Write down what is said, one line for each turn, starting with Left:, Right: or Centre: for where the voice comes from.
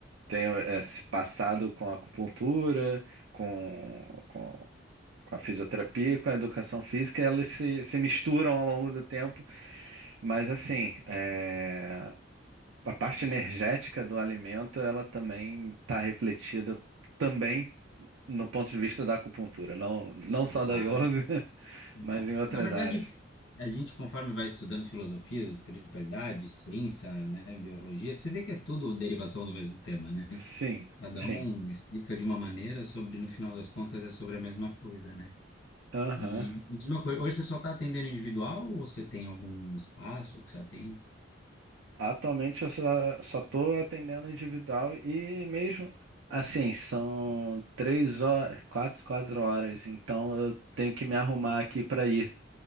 Right: tenho esse passado com a acupuntura, com, com, com a fisioterapia e com a educação física, elas se, se misturam ao longo do tempo. Mas assim, é, a parte energética do alimento, ela também está refletida também no ponto de vista da acupuntura, não, não só
Left: claro.
Right: da yoga, <laughs> mas
Left: É.
Right: em outras
Left: Na verdade,
Right: áreas.
Left: a gente, conforme vai estudando filosofias, espiritualidade, ciência, né, biologia, você vê que é tudo derivação do mesmo tema, né?
Right: Sim,
Left: Cada
Right: sim.
Left: um explica de uma maneira sobre, no final das contas, é sobre a mesma coisa, né?
Right: Aham.
Left: E me diz uma coisa, hoje você só está atendendo individual ou você tem algum espaço que você atende?
Right: Atualmente eu só só estou atendendo individual e mesmo assim, são três horas, quatro, quatro horas, então eu tenho que me arrumar aqui para ir.